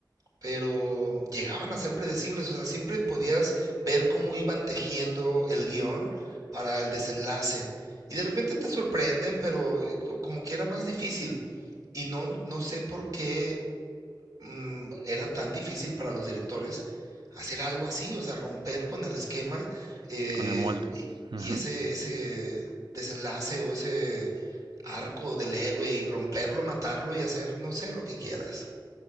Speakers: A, on the right; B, on the right.
A: pero llegaban a ser predecibles, o sea, siempre podías ver cómo iban tejiendo el guión para el desenlace. Y de repente te sorprenden, pero eh, co- como que era más difícil. Y no, no sé por qué mm, era tan difícil para los directores hacer algo así, o sea, romper con el esquema eh,
B: con el molde.
A: y,
B: Ujú,
A: y ese, ese desenlace o ese arco del héroe y romperlo, matarlo y hacer, no sé, lo que quieras.